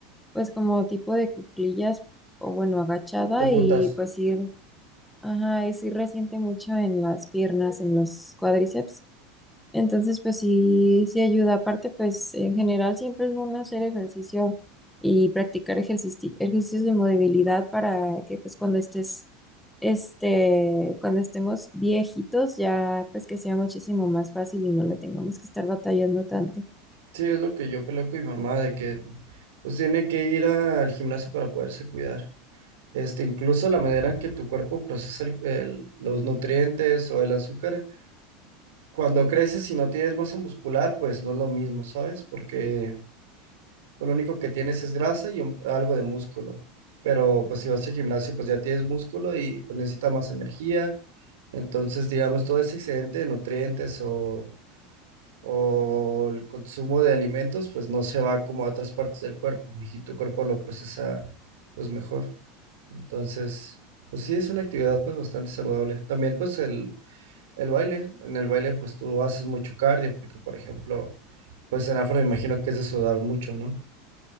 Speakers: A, in the centre; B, on the right (about 70°).
A: pues como tipo de cuclillas o bueno, agachada
B: Te apuntas.
A: y pues ir, ajá, y sí resiente mucho en las piernas, en los cuádriceps. Entonces, pues sí, sí ayuda. Aparte, pues en general siempre es bueno hacer ejercicio y practicar ejercici- ejercicios de movilidad para que pues cuando estés, este, cuando estemos viejitos ya pues que sea muchísimo más fácil y no le tengamos que estar batallando tanto.
B: Sí, es lo que yo peleo con mi mamá, de que pues tiene que ir al gimnasio para poderse cuidar. Este, incluso la manera en que tu cuerpo procesa el- el- los nutrientes o el azúcar Cuando creces y no tienes masa muscular, pues no es lo mismo, ¿sabes? Porque pues, lo único que tienes es grasa y un- algo de músculo. Pero pues si vas al gimnasio, pues ya tienes músculo y pues necesitas más energía. Entonces, digamos, todo ese excedente de nutrientes o, o el consumo de alimentos, pues no se va como a otras partes del cuerpo y tu cuerpo lo procesa pues mejor. Entonces, pues sí, es una actividad pues bastante saludable. También pues el el baile, en el baile pues tú haces mucho cardio, porque por ejemplo, pues en afro me imagino que es de sudar mucho, ¿no?